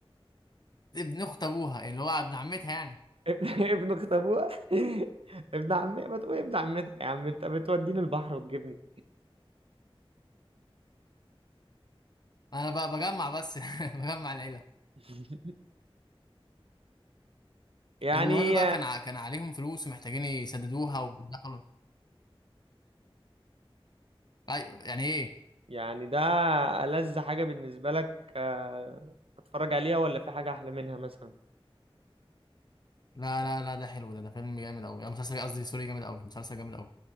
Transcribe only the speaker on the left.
ابن اخت ابوها اللي هو ابن عمتها يعني
انا بقى بجمع بس <laughs> بجمع العيله
المهم بقى كان ع- كان عليهم فلوس ومحتاجين يسددوها ودخلوا أي- يعني ايه
لا لا لا ده حلو ده ده فيلم جامد قوي مسلسل قصدي سوري جامد قوي مسلسل جامد قوي